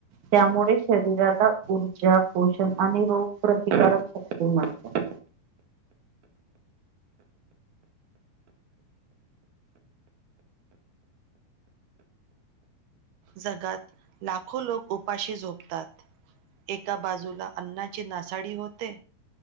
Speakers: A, on the right; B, on the right.
A: त्यामुळे शरीराला ऊर्जा पोषण आणि रोग प्रतिकारशक्ती मिळते.
B: जगात लाखो लोक उपाशी झोपतात एका बाजूला अन्नाची नासाडी होते